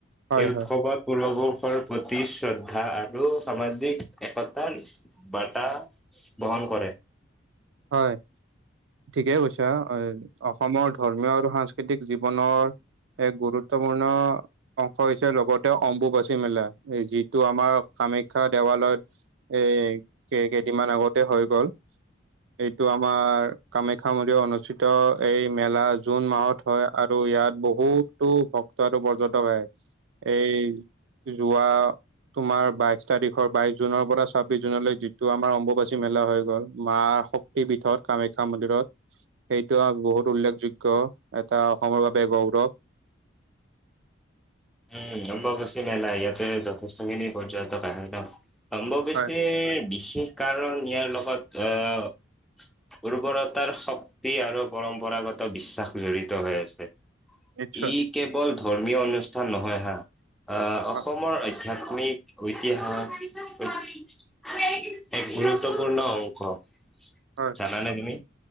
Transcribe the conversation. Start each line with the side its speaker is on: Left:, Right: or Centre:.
Right: হয়
Centre: এই উৎসৱত
Right: হয়
Centre: <unintelligible> বৰ্ষৰ প্ৰতি শ্ৰদ্ধা আৰু সামাজিক একতাৰ বাৰ্তা বহন কৰে।
Right: হয়! ঠিকে কৈছা! অসমৰ ধৰ্মীয় আৰু সাংস্কৃতিক জীৱনৰ এক গুৰুত্বপূৰ্ণ অংশ হৈছে, লগতে অম্বুবাচী মেলা। যিটো আমাৰ কামাখ্যা দেৱালয়ত, এই, কে-কেইদিনমান আগতে হৈ গ'ল। এইটো আমাৰ, কামাখ্যা মন্দিৰত অনুষ্ঠিত, এই মেলা, জুন মাহত হয়। আৰু ইয়াত, বহুতো ভক্ত আৰু পৰ্যটক আহে। এই, যোৱা, তোমাৰ, বাইছ তাৰিখৰ, বাইছ জুনৰ পৰা চাব্বিছ জুনলৈ, যিটো আমাৰ অম্বুবাচী মেলা হৈ গ'ল, মা শক্তি পীঠত, কামাখ্যা মন্দিৰত। সেইটো আৰু বহুত উল্লেখযোগ্য, এটা অসমৰ বাবে গৌৰৱ।
Centre: উম, অম্বুবাচী মেলা। ইয়াতে, যথেষ্ঠখিনি পৰ্টকয আহে ন'। অম্বোবাচীৰ,
Right: হয়
Centre: বিশেষ কাৰণত ইয়াৰ লগত, আঁ উৰ্বৰতাৰ শক্তি আৰু পৰম্পৰাগত বিশ্বাস জড়িত হৈ আছে। যি
Right: নিশ্চয়
Centre: কেৱল ধৰ্মীয় অনুষ্ঠান নহয় হা আহ,
Right: হয়
Centre: অসমৰ অদ আধ্যাত্মিক, ঐতিহাস <unintelligible> এক গুৰুত্বপূৰ্ণ অংশ।
Right: হয়
Centre: জানানে তুমি?